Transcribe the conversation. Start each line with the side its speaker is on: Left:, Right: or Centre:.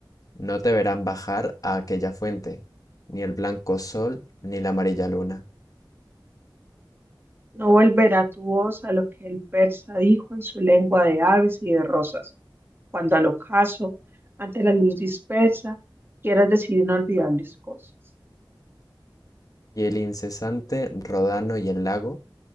Left: No te verán bajar a aquella fuente, ni el blanco sol, ni la amarilla luna,
Right: No volverá tu voz a lo que el persa dijo en su lengua de aves y de rosas, cuando al ocaso, ante la luz dispersa, quieras decir inolvidables cosas.
Left: y el incesante rodano y el lago